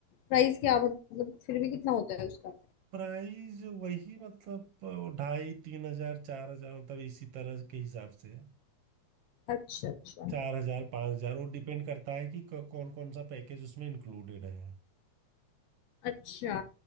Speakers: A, on the left (about 70°); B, on the right (about 65°).
A: प्राइस क्या मतलब फिर भी कितना होता है उसका
B: प्राइस वही मतलब अ, ढाई तीन हजार चार हजार मतलब इसी तरह के हिसाब से है
A: अच्छा अच्छा
B: चार हजार पाँच हजार वो डिपेंड करता है कि कौन कौन सा पैकेज उसमें इंक्लूडेड है
A: अच्छा